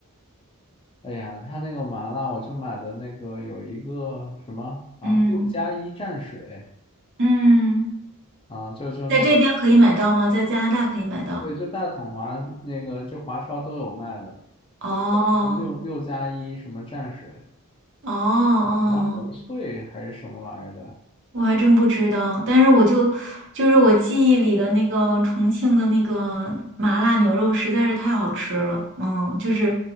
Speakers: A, on the left; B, on the right.
A: 哎呀，他那个麻辣，我就买的那个有一个什么啊，
B: 嗯
A: 六加一蘸水
B: 嗯，
A: 啊，就就那，
B: 在这边可以买到吗？在加拿大可以买到？
A: 对，就大统华那个，就华超都有卖的，
B: 哦
A: 就那个什么六六加一什么蘸水。
B: 哦哦，
A: 什么红脆还是什么玩意儿的
B: 我还真不知道，但是我就就是我记忆里的那个重庆的那个麻辣牛肉实在是太好吃了，嗯，就是